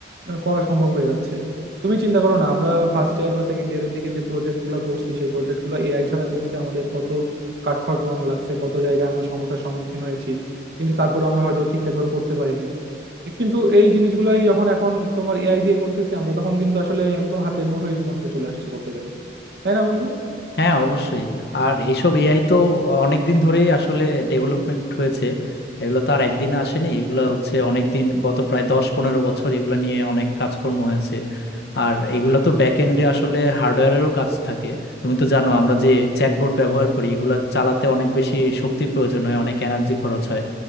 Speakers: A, on the right; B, on the left.
A: আহ, করা সম্ভব হয়ে যাচ্ছে তুমি চিন্তা করো না আমরা ফার্স্ট ইয়ার বা সেকেন্ড ইয়ারের দিকে যে প্রজেক্ট গুলা করছি সেই প্রজেক্ট গুলা এআই ছাড়া করতে আমাদের কত কাঠখড় পোড়ানো লাগছে কত জায়গায় আমরা সমস্যার সম্মুখীন হয়েছি কিন্তু তারপরে আমরা হয়তো ঠিকঠাক ভাবে করতে পারি নাই কিন্তু এই জিনিসগুলাই যখন এখন তোমার এআই দিয়ে করতেছি আমরা তখন কিন্তু আসলে একদম হাতের মুঠোর মধ্যে চলে আসছে বলতে গেলে তাই না বন্ধু
B: হ্যাঁ অবশ্যই আর এইসব এআই তো অনেক দিন ধরেই আসলে ডেভেলপমেন্ট হয়েছে এগুলো তো আর একদিনে আসেনি এগুলো হচ্ছে অনেক দিন গত প্রায় দশ পনেরো বছর এগুলো নিয়ে অনেক কাজকর্ম হয়েছে আর এগুলো তো ব্যাক এন্ডে আসলে হার্ডওয়্যারেরও কাজ থাকে তুমি তো জানো আমরা যে চ্যাটবোর্ড ব্যবহার করি এগুলো চালাতে অনেক বেশি শক্তি প্রয়োজন হয় অনেক এনার্জি খরচ হয়